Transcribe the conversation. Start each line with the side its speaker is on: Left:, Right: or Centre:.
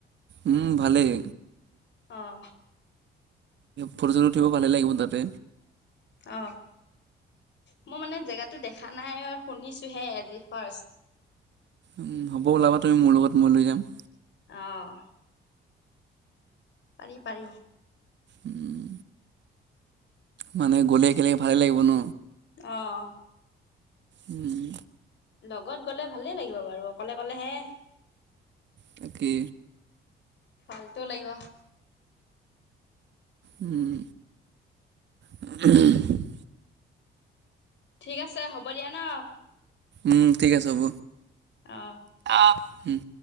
Right: উম, ভালেই।
Left: অহ
Right: ফটো -চটো উঠিব ভালে লাগিব তাতে।
Left: অহ, মই মানে জেগাতো দেখা নাই আৰু শুনিছোহে আজি ফাষ্ট।
Right: উম, হ'ব ওলাবা তুমি মোৰ লগত মই লৈ যাম।
Left: অহ পাৰি - পাৰি।
Right: উম, মানে গ'লে একেলগে ভালে লাগিব ন'।
Left: অহ
Right: উম
Left: লগত গলে ভালেই লাগিব বাৰু অকলে- অকলে হে
Right: তাকে।
Left: ফাল্তু লাগিব।
Right: উম <unintelligible>
Left: ঠিক আছে হ'ব দিয়া ন'
Right: উম, ঠিক আছে হ'ব।
Left: অহ
Right: <unintelligible> হম